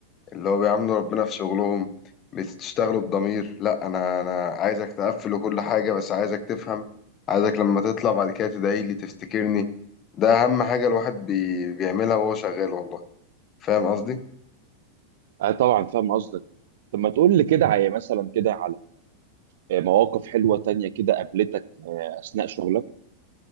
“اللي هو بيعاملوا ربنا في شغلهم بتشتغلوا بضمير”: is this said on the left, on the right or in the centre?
Left